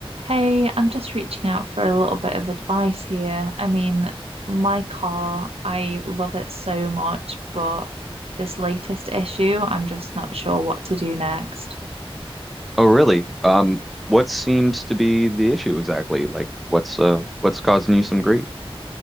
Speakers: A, on the right; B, in the centre.
A: Hey, I'm just reaching out for a little bit of advice here. I mean, my car, I love it so much, but this latest issue, I'm just not sure what to do next.
B: Oh, really? Um, what seems to be the issue exactly? Like, what's uh, what's causing you some grief?